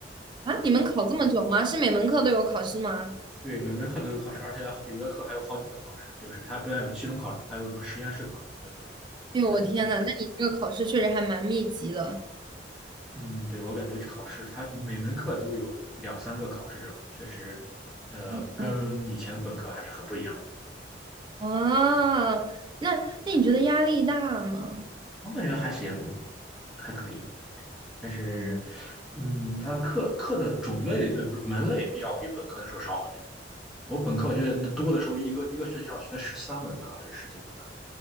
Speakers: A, on the right; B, in the centre.
A: 啊，你们考这么久吗？是每门课都有考试吗？
B: 对，每门课都有考试，而且有的课还有好几门考试，就是它不但有期中考试，还有什么实验室考试，就是。
A: 哎呦，
B: 嗯。
A: 我天呐，那你这个考试确实还蛮密集的
B: 嗯，对，我感觉考试它每门课都有两三个考试这种，确实，呃，
A: 嗯
B: 跟以前本科还是很不一样的。
A: 啊。那那你觉得压力大吗？
B: 我感觉还行，还可以。但是，
A: 哦，
B: 嗯，它课课的种类呃不是门类要比本科的时候少很多。我本科我觉得那多的时候，一个一个学校学十三门课还是十几门课。